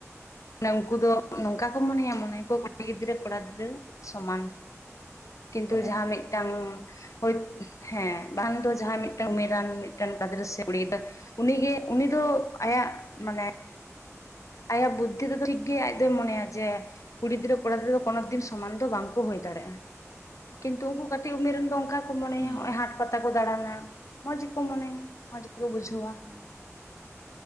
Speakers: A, on the left; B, on the right.
A: ᱢᱟᱱᱮ ᱩᱱᱠᱩ ᱫᱚ ᱱᱚᱝᱠᱟ ᱠᱚ ᱢᱚᱱᱮᱭᱟ ᱢᱚᱱᱮᱭᱟ ᱠᱚ ᱠᱚᱲᱟ ᱜᱤᱫᱽᱨᱟᱹ ᱠᱚᱲᱟ ᱜᱤᱫᱽᱨᱟᱹ ᱥᱚᱢᱟᱱ ᱠᱤᱱᱛᱩ
B: ᱥᱚᱢᱟᱱ
A: ᱡᱟᱦᱟᱸ
B: ᱜᱮᱭᱟ
A: ᱢᱤᱫᱴᱟᱝ
B: ᱠᱚ
A: ᱦᱳᱭ ᱦᱮᱸ ᱵᱟᱝ ᱫᱚ ᱡᱟᱦᱟᱸᱭ ᱢᱤᱫᱴᱟᱝ ᱢᱮᱨᱟᱱ ᱢᱤᱫᱴᱮᱱ ᱜᱤᱫᱽᱨᱟᱹ ᱥᱮ ᱠᱩᱲᱤ ᱜᱤᱫᱽᱨᱟᱹ ᱩᱱᱤᱜᱮ ᱩᱱᱤ ᱫᱚ ᱟᱭᱟᱜ ᱢᱟᱱᱮ ᱟᱭᱟᱜ ᱵᱩ ᱛᱤᱫᱚ ᱴᱷᱤᱠ ᱜᱮᱭᱟ ᱟᱡ ᱫᱚᱭ ᱢᱚᱱᱮᱭᱟ ᱡᱮ ᱠᱩᱲᱤ ᱜᱤᱫᱨᱟᱹ ᱠᱚᱲᱟ ᱜᱤᱫᱨᱟᱹ ᱫᱚ ᱠᱚᱱᱚ ᱫᱤᱱ ᱥᱚᱢᱟᱱ ᱫᱚ ᱵᱟᱝᱠᱚ ᱦᱩᱭ ᱫᱟᱲᱮᱭᱟᱜᱼᱟ ᱠᱤᱱᱛᱩ ᱩᱱᱠᱩ ᱠᱟᱹᱴᱤᱡ ᱩᱢᱮᱨ ᱨᱮᱱ ᱫᱚ ᱚᱱᱠᱟ ᱠᱚ ᱢᱚᱱᱮᱭᱟ
B: ᱦᱩᱸ
A: ᱱᱚᱜᱼᱚᱭ ᱦᱟᱴ ᱯᱟᱛᱟ ᱠᱚ ᱫᱟᱬᱟᱱᱟ ᱢᱚᱡᱽ ᱜᱮᱠᱚ ᱢᱚᱱᱮᱭᱟ ᱢᱚᱡᱽ ᱜᱮᱠᱚ ᱵᱩᱡᱷᱟᱹᱣᱟ
B: ᱦᱩᱸ